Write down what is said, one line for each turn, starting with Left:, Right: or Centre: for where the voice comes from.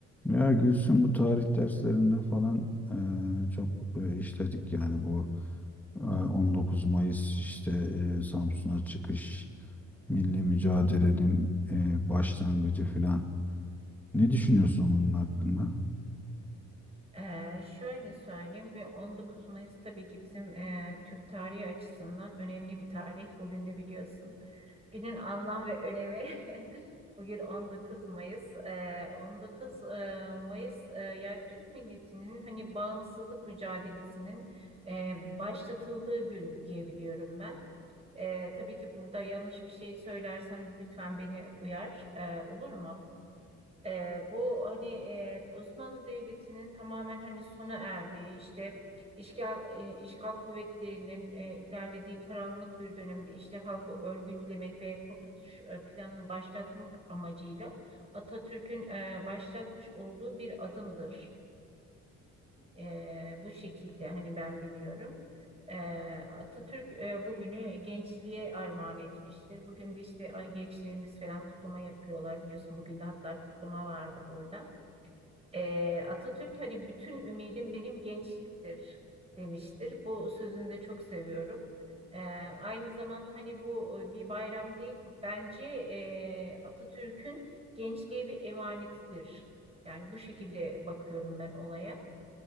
Centre: Ya Gülsün bu tarih derslerinde falan eee, çok eee, işledik yani bu eee, 19 Mayıs işte eee, Samsun'a çıkış, milli mücadelenin eee, başlangıcı falan. Ne düşünüyorsun bunun hakkında?
Right: Ee, şöyle söyleyeyim ve 19 Mayıs tabii ki bizim e, Türk tarihi açısından önemli bir tarih. Bugün de biliyorsun. Günün anlam ve önemi <laughs> bugün 19 Mayıs. Ee, 19 e, Mayıs e, yani Türk milletinin hani bağımsızlık mücadelesinin e, başlatıldığı gün diyebiliyorum ben. E, tabii ki burada yanlış bir şey söylersem de lütfen beni uyar. E, olur mu? Ee, bu hani e, Osmanlı Devleti'nin tamamen hani sona erdiği işte işgal e, işgal kuvvetlerinin e, ilerlediği karanlık bir dönemde işte halkı örgütlemek ve kurtuluş e, planını başlatmak amacıyla Atatürk'ün e, başlatmış olduğu bir adımdır. E, bu şekilde hani ben biliyorum. E, Atatürk e, bugünü gençliğe armağan etmiştir. Bugün de işte ay, gençliğimiz falan kutlama yapıyorlar biliyorsun. Bugün de hatta kutlama vardı burada. Ee, Atatürk hani bütün ümidim benim gençliktir demiştir. Bu sözünü de çok seviyorum. Ee, aynı zamanda hani bu e, bir bayram değil bence e, Atatürk'ün gençliğe bir emanetidir. Yani bu şekilde bakıyorum ben olaya.